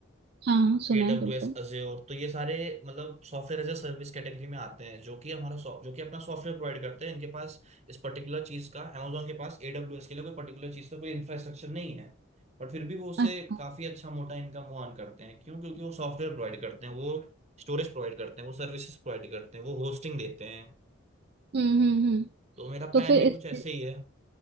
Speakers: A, on the right; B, on the right.
A: हाँ हाँ सुना
B: AWS
A: है बिल्कुल
B: Azure तो ये सारे मतलब software as a service category में आते हैं जो कि हमारा सॉ- जो कि अपना सॉफ्टवेयर प्रोवाइड करते हैं इनके पास इस पर्टिकुलर चीज का Amazon के पास AWS के लिए कोई पर्टिकुलर चीज का कोई इंफ्रास्ट्रक्चर नहीं है बट फिर भी वो उससे
A: अच्छा
B: काफी अच्छा मोटा इनकम वो अर्न करते हैं क्यों क्योंकि वो सॉफ्टवेयर प्रोवाइड करते हैं वो स्टोरेज प्रोवाइड करते हैं वो सर्विसेज प्रोवाइड करते हैं वो होस्टिंग देते हैं
A: हम्म हम्म हम्म
B: तो मेरा प्लान
A: तो फिर
B: भी
A: इस
B: कुछ ऐसे ही है